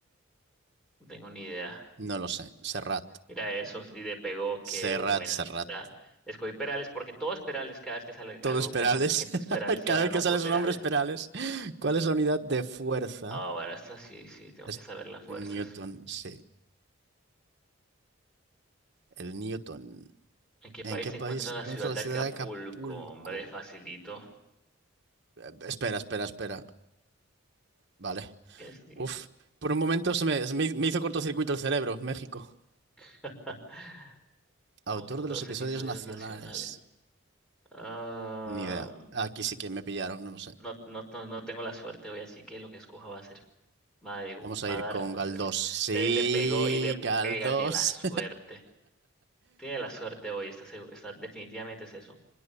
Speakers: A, in the centre; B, on the right (about 55°).
A: no tengo ni idea.
B: no lo sé. Serrat.
A: Mira eso, y le pegó, qué
B: Serrat,
A: buenas
B: Serrat.
A: está. Escogí Perales porque todo es Perales, cada vez que sale
B: Todo
A: algo
B: es
A: de
B: Perales.
A: un cantante siempre
B: <laughs>
A: es Perales
B: Cada
A: y ahora
B: vez
A: no
B: que
A: fue
B: sale su
A: Perales.
B: nombre es Perales. ¿Cuál es la unidad de
A: Oh,
B: fuerza?
A: Ah, bueno, esta sí, sí, tengo
B: Es
A: que saber las fuerzas.
B: Newton, sí, el Newton.
A: ¿En qué
B: ¿En
A: país
B: qué
A: se
B: país
A: encuentra
B: se
A: la
B: encuentra
A: ciudad
B: la
A: de
B: ciudad
A: Acapulco?
B: de Acapulco?
A: Hombre, facilito.
B: Eh, Espera, espera, espera. Vale.
A: Tienes-
B: Uf, por un momento se me, se me me hizo cortocircuito el cerebro. México.
A: <laughs>
B: Autor
A: Otros
B: de los
A: de los
B: episodios
A: episodios
B: nacionales.
A: nacionales. Ah,
B: Ni idea. Aquí sí que me pillaron, no lo sé.
A: no, no, no, no tengo la suerte hoy, así que lo que escoja va a ser, va a,
B: Vamos a
A: va
B: ir
A: a dar
B: con
A: completamente.
B: Galdós. Sí,
A: Mira, y le pegó y le
B: Galdós.
A: pega, tiene la suerte. Tiene la suerte hoy, está, segu- está- definitivamente es eso.